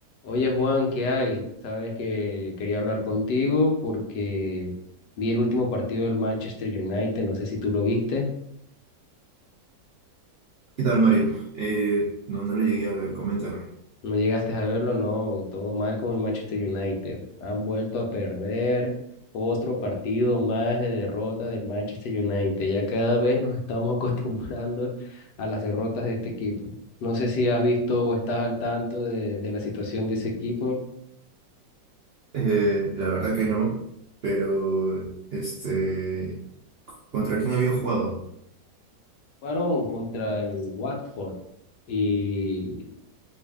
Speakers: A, on the left (about 70°); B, on the right (about 70°).
A: Oye Juan, ¿qué hay? Sabes que quería hablar contigo porque vi el último partido del Manchester United, no sé si tú lo viste,
B: ¿Qué tal, Mario? Eh, no, no lo llegué a ver, coméntame.
A: no llegaste a verlo, no, todo mal con el Manchester United. Han vuelto a perder otro partido más de derrota del Manchester United. Ya cada vez nos estamos <laughs> acostumbrando a las derrotas de este equipo. No sé si has visto o estás al tanto de, de la situación de ese equipo.
B: Eh, la verdad que no, pero este, ¿contra quién había jugado?
A: Fueron contra el Watford. y